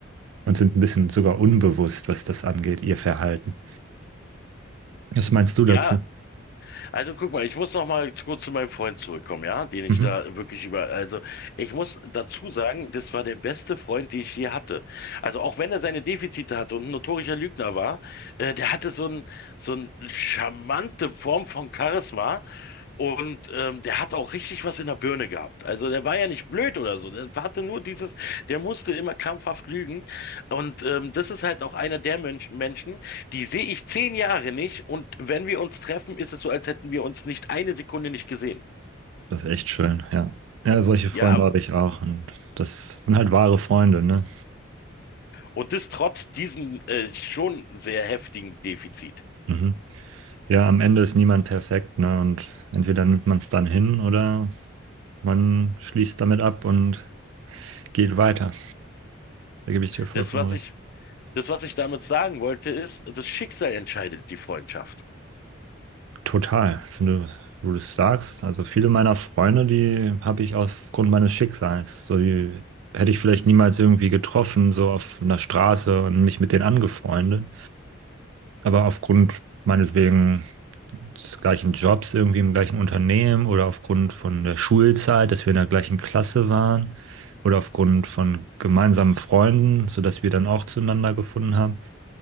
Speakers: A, on the right; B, on the left.
A: und sind ein bisschen sogar unbewusst, was das angeht, ihr Verhalten. Was meinst du dazu?
B: Ja, also guck mal, ich muss noch mal zu- kurz zu meinem Freund zurückkommen, ja, den ich
A: Mhm.
B: da wirklich über, also ich muss dazu sagen, das war der beste Freund, den ich je hatte. Also auch wenn er seine Defizite hatte und ein notorischer Lügner war, äh, der hatte so ein, so eine charmante Form von Charisma, Und ähm, der hat auch richtig was in der Birne gehabt. Also der war ja nicht blöd oder so. Der hatte nur dieses, der musste immer krampfhaft lügen. Und ähm, das ist halt auch einer der Menschen, Menschen, die sehe ich zehn Jahre nicht. Und wenn wir uns treffen, ist es so, als hätten wir uns nicht eine Sekunde nicht gesehen.
A: Das ist echt schön, ja. Ja, solche Freunde
B: Ja, aber,
A: habe ich auch und das sind halt wahre Freunde, ne?
B: und das trotz diesem äh, schon sehr heftigen Defizit.
A: Mhm. Ja, am Ende ist niemand perfekt, ne? Und entweder nimmt man es dann hin oder man schließt damit ab und geht weiter. Da gebe ich dir vollkommen
B: Das, was
A: recht.
B: ich, das, was ich damit sagen wollte, ist, das Schicksal entscheidet die Freundschaft.
A: Total, wenn du, du das sagst. Also viele meiner Freunde, die habe ich aufgrund meines Schicksals. So, die hätte ich vielleicht niemals irgendwie getroffen, so auf einer Straße und mich mit denen angefreundet. Aber aufgrund meinetwegen des gleichen Jobs, irgendwie im gleichen Unternehmen oder aufgrund von der Schulzeit, dass wir in der gleichen Klasse waren oder aufgrund von gemeinsamen Freunden, sodass wir dann auch zueinander gefunden haben.